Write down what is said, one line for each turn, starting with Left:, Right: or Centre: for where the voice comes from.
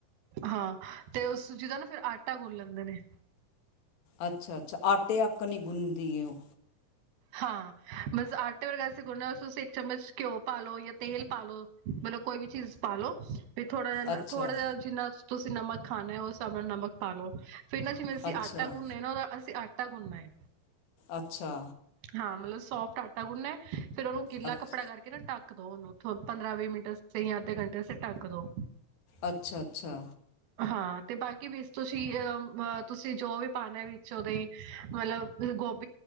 Right: ਹਾਂ ਤੇ ਉਸ ਸੂਜੀ ਦਾ ਨਾ ਫਿਰ ਆਟਾ ਗੁਣ ਲੈਂਦੇ ਨੇ।
Left: ਅੱਛਾ-ਅੱਛਾ ਆਟੇ ਅੱਕਨ ਈ ਗੁੰਣਦੀ ਏ ਓ
Right: ਹਾਂ, ਬਸ ਆਟੇ ਵਰਗੇ ਅਸੀ ਗੁੰਣਨਾ ਤੁਸੀਂ ਇੱਕ ਚੱਮਚ ਕਿਓ ਪਾਲੋ ਯਾਂ ਤੇਲ ਪਾਲੋ ਮਤਲਬ ਕੋਈ ਵੀ ਚੀਜ਼ ਪਾਲੋ ਤੇ ਥੋੜਾ ਜੇਹਾ
Left: ਅੱਛਾ
Right: ਥੋੜਾ ਜੇਹਾ ਜਿੰਨਾ ਤੁਸੀਂ ਨਮਕ ਖਾਣੇ ਓ ਉਸ ਹਿਸਾਬ ਨਾਲ ਨਮਕ ਪਾਲੋ। ਫਿਰ ਨਾ ਜਿਵੇਂ ਅਸੀਂ
Left: ਅੱਛਾ
Right: ਆਟਾ ਗੁੰਣਨੇ ਨਾ ਓਦਾ ਅਸੀਂ ਆਟਾ ਗੁੰਣਨਾ ਏ।
Left: ਅੱਛਾ!
Right: ਹਾਂ, ਮਤਲਬ ਸੋਫਟ ਆਟਾ ਗੁੰਣਨਾ ਹੈ ਫਿਰ ਉਹਨੂੰ ਗਿੱਲਾ
Left: ਅੱਛ
Right: ਕੱਪੜਾ ਕਰਕੇ ਨਾ ਟ ਟੱਕ ਦੋ ਉਹਨੂੰ ਪੰਦਰਾਂ- ਵੀਹ ਮਿੰਟ ਵਾਸਤੇ ਜਾਂ ਅੱਧੇ ਘੰਟੇ ਵਾਸਤੇ ਢੱਕ ਦੋ,
Left: ਅੱਛਾ- ਅੱਛਾ!
Right: ਹਾਂ ਤੇ ਬਾਕੀ ਵਿੱਚ ਤੁਸੀਂ ਅ ਤੁਸੀਂ ਜੋ ਵੀ ਪਾਣਾ ਵਿੱਚ ਉਹਦੇ ਮਤਲਬ ਗੋਭੀ,